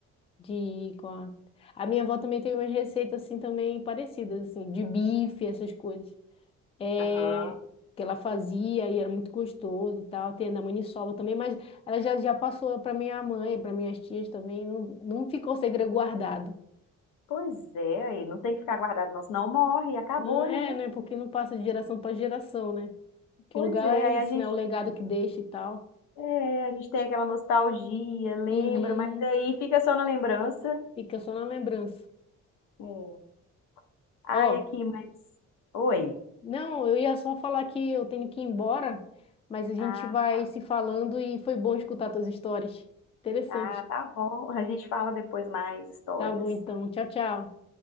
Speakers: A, on the left; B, on the left.
A: de ir com a... A minha avó também tem umas receitas assim também parecidas, assim, de bife, essas coisas. É,
B: Aham.
A: que ela fazia e era muito gostoso e tal. Tem a da maniçoba também, mas ela já, já passou para minha mãe, para minhas tias também, não, não ficou segredo guardado.
B: Pois é, aí não tem que ficar guardado, não, senão morre, acabou,
A: Não é,
B: né?
A: né? Porque não passa de geração para geração, né? Que
B: Pois
A: lugar
B: é,
A: é
B: aí
A: isso,
B: a gente,
A: né? O legado que deixa e tal.
B: é, a gente tem aquela nostalgia, lembra,
A: Uhum.
B: mas aí fica só na lembrança.
A: Fica só na lembrança.
B: É. Ai,
A: Ó,
B: aqui, mas. Oi.
A: Não, eu ia só falar que eu tenho que ir embora, mas a gente
B: Ah,
A: vai
B: tá,
A: se falando e foi bom escutar tuas histórias. Interessante.
B: ah, tá bom. A gente fala depois mais histórias.
A: Tá bom, então. Tchau, tchau.